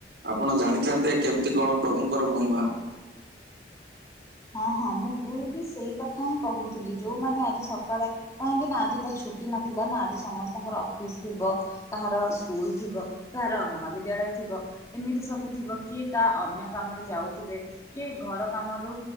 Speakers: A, on the right (about 70°); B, on the left (about 15°).
A: ଆପଣ ଜାଣିଥାନ୍ତେ କେମିତି କଣ ପ୍ରଭୁଙ୍କର ମହିମା।
B: ହଁ ହଁ ମୁଁ ବଉ ବି ସେଇ କଥା ହିଁ କହୁଥିଲି ଯୋଉମାନେ ଆଜି ସକାଳେ କାହିଁକି ନା ଆଜି ତ ଛୁ ନଥିଲା ନା ଆଜି ସମସ୍ତଙ୍କର ଅଫିସ ଥିବ କାହାର ସ୍କୁଲ ଥିବ କାହାର ମହାବିଦ୍ୟାଳୟ ଥିବ ଏମିତି ସବୁ ଥିବ କିଏ କା ଅନ୍ୟ କାମରେ ଯାଉଥିବେ କିଏ ଘର କାମରୁ